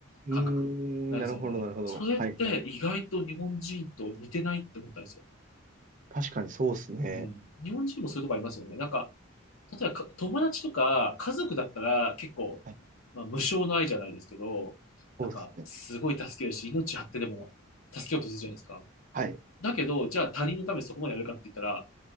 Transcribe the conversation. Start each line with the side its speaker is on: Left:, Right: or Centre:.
Right: ーん、
Left: 感覚なんですよね。
Right: なるほどなるほど。
Left: それって意外と日本人と似てないって思ったんですよ。
Right: はいはい。確かにそうっすね。
Left: うん。日本人もそういうとこありますよね。なんか、例えばか友達とか家族だったら結構、
Right: はい、
Left: まあ、無償の愛じゃないですけど、
Right: そうっすね。
Left: なんかすごい助けるし、命張ってでも助けようとするじゃないですか。
Right: はい
Left: だけど、じゃあ他人のためにそこまでやるかって言ったら、